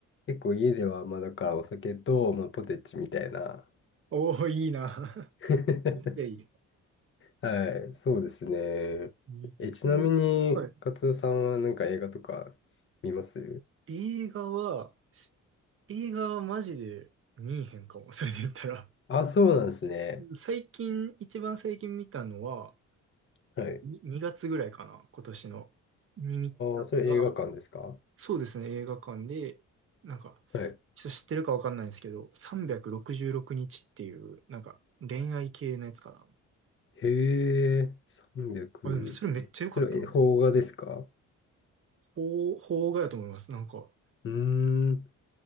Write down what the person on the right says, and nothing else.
おお、いいな。<laughs>
めっちゃいい。
うんえはい。
映画は、映画はマジで見えへんかも。それで言ったら。
最近、一番最近見たのは、
に2月ぐらいかな、今年の。に見たのが、
そうですね、映画館で、なんか、
ちょっと知ってるかわかんないんですけど、366日っていう、なんか、恋愛系のやつかな。
あ、でもそれめっちゃ良かったんですよ。
邦邦画やと思います。なんか、